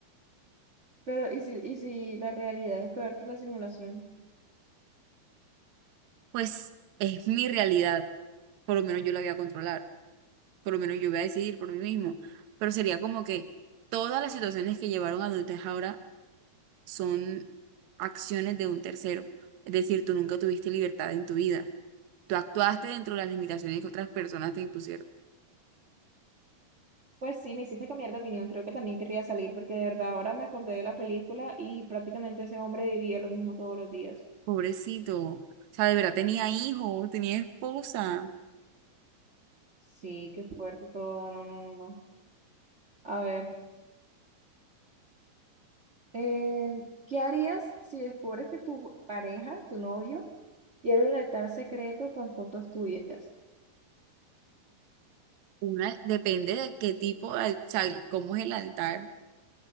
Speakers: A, on the right; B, on the right.
A: Pero, ¿y si, y si la realidad es peor que la simulación?
B: Pues es mi realidad. Por lo menos yo la voy a controlar. Por lo menos yo voy a decidir por mí mismo. Pero sería como que todas las situaciones que llevaron a donde estás ahora son acciones de un tercero. Es decir, tú nunca tuviste libertad en tu vida. Tú actuaste dentro de las limitaciones que otras personas te impusieron.
A: Pues sí, me hiciste cambiar de opinión. Creo que también querría salir porque de verdad ahora me acordé de la película y prácticamente ese hombre vivía lo mismo todos los días.
B: Pobrecito. O sea, de verdad tenía hijos, tenía esposa.
A: Sí, qué fuerte todo. No, no, no, no. A ver, eh, ¿qué harías si descubres que tu pareja, tu novio, tiene un altar secreto con fotos tuyas?
B: Una, depende de qué tipo, de al- o sea, cómo es el altar.